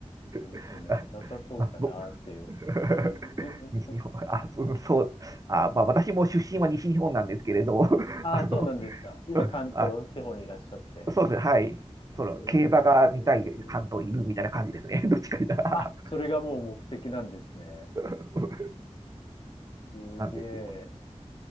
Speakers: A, on the left; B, on the right.
A: そうですね、
B: <laughs> あ
A: なさそうかなっていう。
B: まあ、僕 <laughs>
A: <laughs>
B: 西日本。あ、そうん、そうあまあ、私も出身は西日本なんですけれど、<laughs>
A: ああ、
B: あの、
A: そうなんですか。今関東地方にいらっしゃって。
B: <laughs> あ、そうですねはい。
A: ええ
B: その、競馬が見たい関東いるみたいな感じですね。<laughs> どっちか言ったら。
A: あ、それがもう目的なんですね。
B: <laughs>
A: すげえ。
B: そうなんですよ。